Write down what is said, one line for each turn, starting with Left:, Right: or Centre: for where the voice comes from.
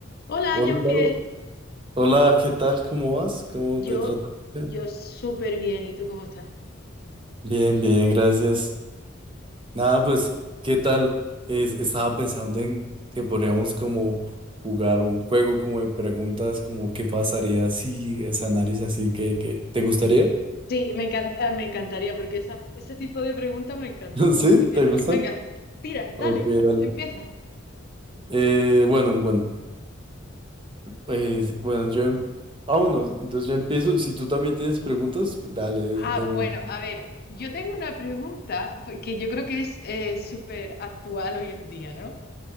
Left: Hola,
Right: Hola,
Left: Jean-Pierre.
Right: Lau. hola, ¿qué tal? ¿Cómo vas? ¿Cómo
Left: Yo,
Right: te trata? el
Left: yo
Right: día?
Left: súper bien. ¿Y tú cómo estás?
Right: Bien, bien, gracias. Nada, pues, ¿qué tal? Es- estaba pensando en que podríamos como jugar un juego como de preguntas, como qué pasaría si esa nariz así que, que- ¿te gustaría?
Left: Sí, me encanta, me encantaría porque esa- ese tipo de preguntas me encanta.
Right: <laughs> ¿Sí?
Left: Así que,
Right: ¿Te gusta?
Left: venga, tira,
Right: Ok,
Left: dale,
Right: dale.
Left: empieza.
Right: Eh, bueno, bueno, eh, bueno, yo, em- ah, bueno, entonces yo empiezo. Si tú también tienes preguntas, pues dale, de,
Left: Ah,
Right: de una.
Left: bueno, a ver, yo tengo una pregunta pues, que yo creo que es eh, súper actual hoy en día, ¿no?